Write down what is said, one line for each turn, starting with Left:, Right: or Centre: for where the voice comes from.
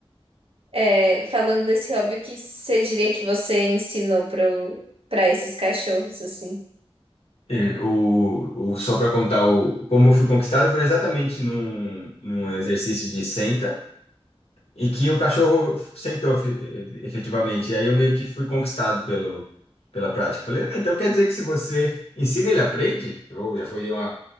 Right: é, falando desse hobby, o que você diria que você ensinou pro, para esses cachorros, assim?
Left: É, o, o, só para contar o, como eu fui conquistado, foi exatamente num, num exercício de senta, em que o cachorro sentou efe- efetivamente. E aí eu meio que fui conquistado pelo, pela prática. Falei, ah, então quer dizer que se você ensina, ele aprende? Ou já foi uma